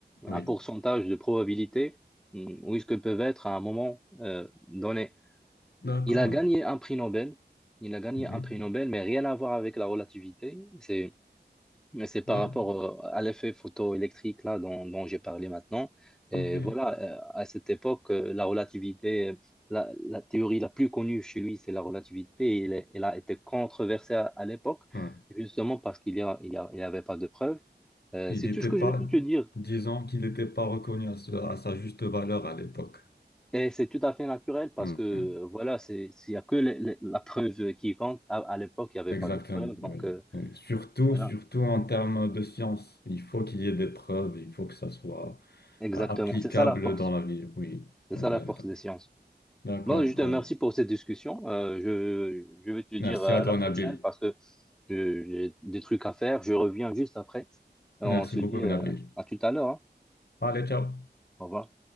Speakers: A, on the left; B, in the centre.
A: oui.
B: un pourcentage de probabilité, hum, où est-ce que peuvent être à un moment euh, donné.
A: D'accord.
B: Il a gagné un prix Nobel. Il a gagné
A: Mhm.
B: un prix Nobel, mais rien à voir avec la relativité. C'est, c'est par
A: Ouais,
B: rapport euh, à l'effet photoélectrique là dont, dont j'ai parlé maintenant. Et
A: ok.
B: voilà, euh, à cette époque, euh, la relativité, euh, la, la théorie la plus connue chez lui, c'est la relativité. Il est- Elle, a été controversée à, à l'époque,
A: Ouais.
B: justement parce qu'il y a, il y a- il n'y avait pas de preuves. Euh,
A: Il
B: c'est
A: n'était
B: tout ce que
A: pas,
B: je peux te dire.
A: disons qu'il n'était pas reconnu à, ce- à sa juste valeur à l'époque.
B: Et c'est tout à fait naturel parce
A: Oui,
B: que euh,
A: oui,
B: voilà, c'est, s'il n'y a que le- le- la preuve qui compte, à, à l'époque, il n'y avait
A: exactement,
B: pas de preuve. Donc,
A: oui,
B: euh,
A: oui. Surtout,
B: Voilà,
A: surtout en termes de science. Il faut qu'il y ait des preuves, il faut que ça soit
B: exactement.
A: euh, applicable
B: C'est ça la force.
A: dans la vie. Oui,
B: C'est
A: exactement.
B: ça la force des sciences.
A: D'accord.
B: Bon, je te remercie
A: euh,
B: pour cette discussion. Euh, je, je vais te dire
A: merci
B: à
A: à toi,
B: la prochaine
A: Nabil.
B: parce que je- j'ai des trucs à faire. Je reviens juste après. On
A: Merci
B: se
A: beaucoup,
B: dit euh,
A: Nabil.
B: à tout à l'heure. hein.
A: Allez, ciao.
B: Au revoir.